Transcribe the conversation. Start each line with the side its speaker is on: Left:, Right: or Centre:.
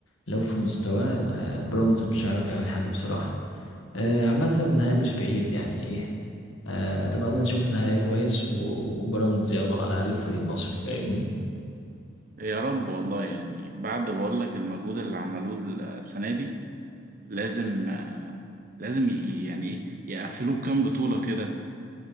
Left: لو في مستواه آه، بيراميدز مش هيعرف يعمل حاجه بصراحه آه، عامه النهائي مش بعيد يعني ايه آه، اتمنى نشوف نهائي كويس و- وبيراميدز ياخده على الاقل فريق مصري فاهمني
Right: يا رب والله يعني بعد بقول لك المجهود اللي عملوه السنة دي لازم آه، لازم ي- يعني ايه يقفلوه كام بطولة كده